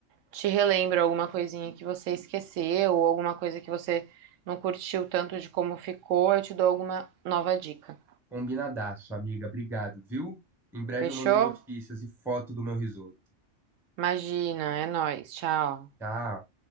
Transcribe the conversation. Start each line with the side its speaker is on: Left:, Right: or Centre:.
Right: te relembro alguma coisinha que você esqueceu ou alguma coisa que você não curtiu tanto de como ficou. Eu te dou alguma nova dica.
Centre: Combinadaço, amiga. Obrigado, viu? Em breve
Right: Fechou?
Centre: eu mando notícias e foto do meu risoto.
Right: Imagina, é nóis. Tchau.
Centre: Tchau.